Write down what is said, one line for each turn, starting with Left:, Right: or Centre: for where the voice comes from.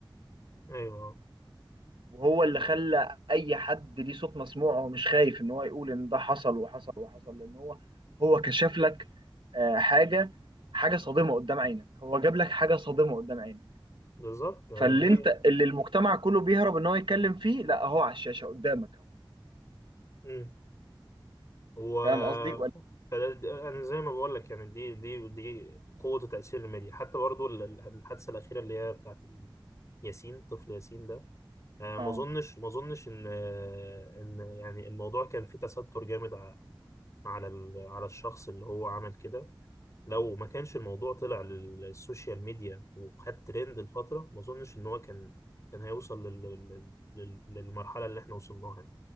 Left: ايوه آه.
Right: وهو اللي خلى اي حد ليه صوت مسموع هو مش خايف ان هو يقول ان ده حصل وحصل وحصل لان هو هو كشف لك آه، حاجه حاجه صادمه قدام عينك هو جاب لك حاجه صادمه قدام عينك
Left: بالظبط آه،
Right: فاللي
Left: دي
Right: انت اللي المجتمع كله بيهرب ان هو يتكلم فيه لا هو على الشاشه قدامك اهو
Left: مم. هو
Right: فاهم قصدي ولا
Left: فده- دي- انا زي ما بقول لك يعني دي دي دي قوة وتأثير الميديا حتى برضو ال- ال- الحادثة الأخيرة اللي هي بتاعت ال- ياسين طفل ياسين ده آه، ما
Right: اه
Left: اظنش ما اظنش ان آه، ان يعني الموضوع كان فيه تستر جامد ع- على ال- على الشخص اللي هو عمل كده لو ما كانش الموضوع طلع للسوشيال ميديا وخد ترند لفترة ما اظنش ان هو كان كان هيوصل لل... لل... لل- للمرحلة اللي احنا وصلناها